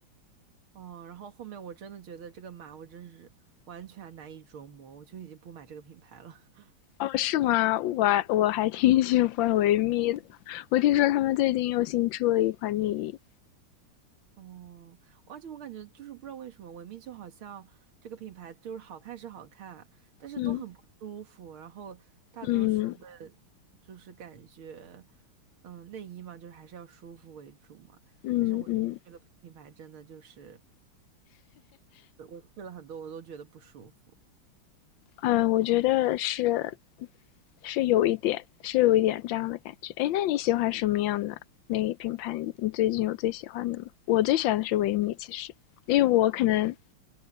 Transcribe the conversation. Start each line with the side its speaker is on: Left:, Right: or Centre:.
Right: 哦，然后后面我真的觉得这个码我真是完全难以琢磨，我就已经不买这个品牌了。<laughs>
Left: 哦，是吗？我我还挺喜欢维密的。我听说他们最近又新出了一款内衣。
Right: 哦，而且我感觉就是不知道为什么，维密就好像这个品牌就是好看是好看，但是都很不舒服。
Left: 嗯
Right: 然后大多数的，
Left: 嗯
Right: 就是感觉，嗯，内衣嘛，就是还是要舒服为主嘛。
Left: 嗯嗯
Right: 但是维密这个品牌真的就是，我试了很多，我都觉得不舒服。
Left: 嗯，我觉得是是有一点，是有一点这样的感觉。哎，那你喜欢什么样的内衣品牌？你最近有最喜欢的吗？我最喜欢的是维密，其实，因为我可能